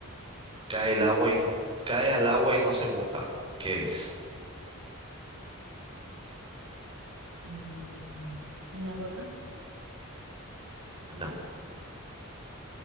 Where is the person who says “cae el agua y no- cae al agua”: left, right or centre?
Right